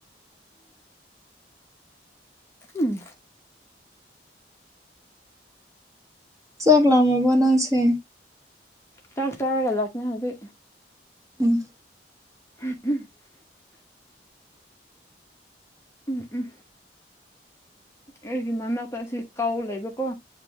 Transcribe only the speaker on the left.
ꯎꯝ
ꯆꯛ ꯆꯔꯒ ꯂꯛꯄꯅꯦ ꯍꯧꯖꯤ
<inaudible> ꯎꯝ ꯎꯝ ꯑꯩꯒꯤ ꯃꯅꯥꯛꯇ ꯑꯁꯤ ꯀꯥꯎ ꯂꯩꯕꯀꯣ